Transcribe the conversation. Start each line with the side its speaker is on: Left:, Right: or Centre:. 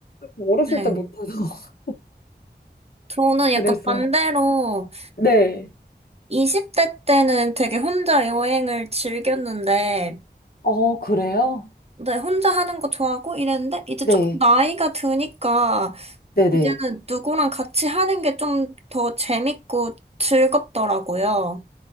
Left: 어렸을
Right: 네.
Left: 때 못해서. <laughs>
Right: 저는 약간
Left: 그래서.
Right: 반대로
Left: 네.
Right: 20대 때는 되게 혼자 여행을 즐겼는데,
Left: 어, 그래요?
Right: 네, 혼자 하는 거 좋아하고 이랬는데, 이제
Left: 네.
Right: 조금 나이가 드니까,
Left: 네네.
Right: 이제는 누구랑 같이 하는 게 좀 더 재밌고 즐겁더라고요.